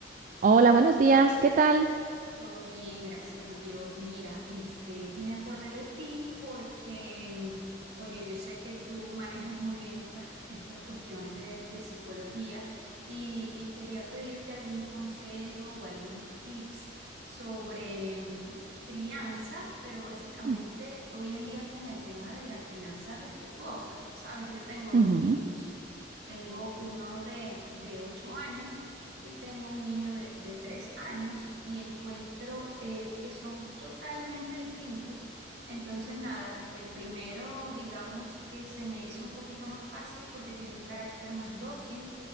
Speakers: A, on the right; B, on the right.
A: Hola, buenos días, ¿qué tal?
B: Todo bien, gracias a Dios. Mira, este, me acordé de ti porque, mm, oye, yo sé que tú manejas muy bien estas, estas cuestiones de, de psicología y, y quería pedirte algún consejo o algunos tips sobre mm, crianza, pero básicamente
A: Mm,
B: hoy en día con el tema de la crianza respetuosa, ¿sabes? Yo tengo
A: ujú,
B: dos niños. Tengo uno de, de 8 años y tengo un niño de, de 3 años y encuentro eh, que son totalmente distintos. Entonces, nada, con el primero, digamos que se me hizo un poquito más fácil porque tiene un carácter más dócil,